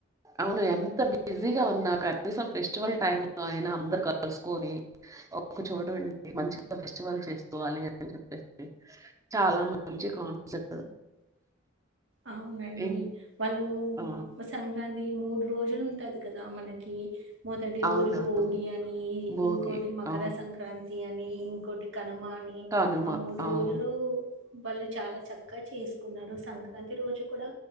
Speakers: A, on the right; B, on the right.
A: అవును ఎంత బిజీగా ఉన్నా కనీసం ఫెస్టివల్ టైమ్ లో అయినా అందరు కలుసుకొని ఒక చోటుండీ. మంచిగా ఫెస్టివల్ చేసుకోవాలి. అని చెప్పేసి చాలా మంచి కాన్సెప్ట్.
B: అవునండి
A: ఇం
B: వాళ్ళు
A: ఆ!
B: సంక్రాంతి. ఇది మూడు రోజులు ఉంటాది కదా మనకి. మొదటి
A: అవునవును.
B: రోజు భోగి అని
A: భోగి.
B: ఇంకోటి మకర
A: అవును.
B: సంక్రాంతి అని ఇంకోటి కనుమ అని
A: కనుమ.
B: ఆ మూడు
A: అవును.
B: రోజులు. వాళ్ళు చాలా చక్కగా చేసుకున్నారు సంక్రాంతి. ప్రతి రోజు కూడా